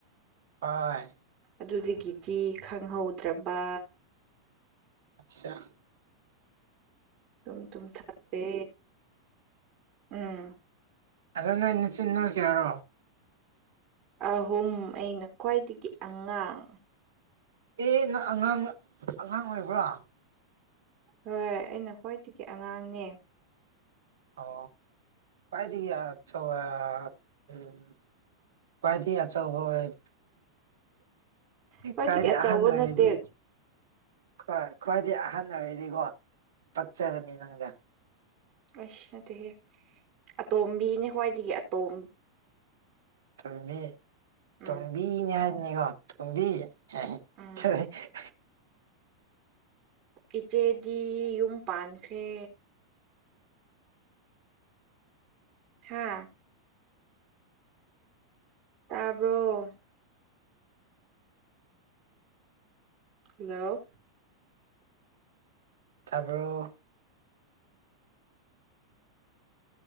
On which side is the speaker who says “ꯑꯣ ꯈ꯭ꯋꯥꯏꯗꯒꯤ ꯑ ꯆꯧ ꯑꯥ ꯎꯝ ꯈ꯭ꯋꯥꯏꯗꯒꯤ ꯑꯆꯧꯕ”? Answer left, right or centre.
Right